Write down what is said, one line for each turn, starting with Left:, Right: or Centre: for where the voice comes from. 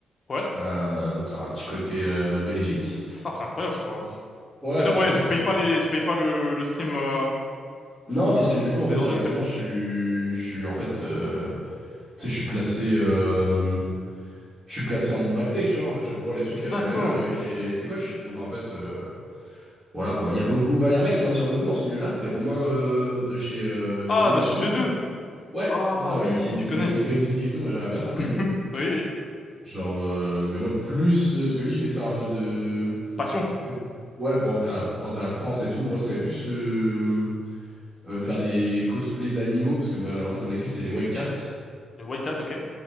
Left: Ouais.
Right: Euh, donc ça a un petit côté euh, bénéfique.
Left: Putain, c'est incroyable, ça, par contre.
Right: Ouais,
Left: C'est-à-dire,
Right: franchement,
Left: ouais, tu
Right: c'est très
Left: payes
Right: cool.
Left: pas les, tu payes pas le, le stream, euh,
Right: Non, parce que du coup, en fait,
Left: les droits
Right: directement,
Left: de stream.
Right: je suis, je suis en fait, euh, tu sais, je suis placé, euh, je suis placé en backstage, tu vois. En fait, je vois les trucs euh,
Left: D'accord.
Right: dans les loges avec les, avec les coachs. Donc, en fait, euh, voilà quoi. Il y a beaucoup, enfin, il y a un mec qui m'inspire beaucoup dans ce milieu-là, c'est Romain euh, de chez euh,
Left: Ah,
Right: Gamers2.
Left: de chez G2.
Right: Ouais,
Left: Ah,
Right: c'est ça,
Left: oui,
Right: ouais, qui fait
Left: je connais.
Right: du body painting et tout. Moi, j'aimerais bien faire
Left: <laughs>
Right: comme lui.
Left: Oui, oui.
Right: Genre, euh, mais moi, plus. euh, parce que lui, il fait ça en mode. euh,
Left: Passion.
Right: c'est- ouais, pour représenter la représenter la France et tout. Moi, ce serait plus euh, euh, faire des cosplays d'animaux. Parce que, ma- en fait, mon équipe, c'est les Wildcats.
Left: Le Wildcat, ok.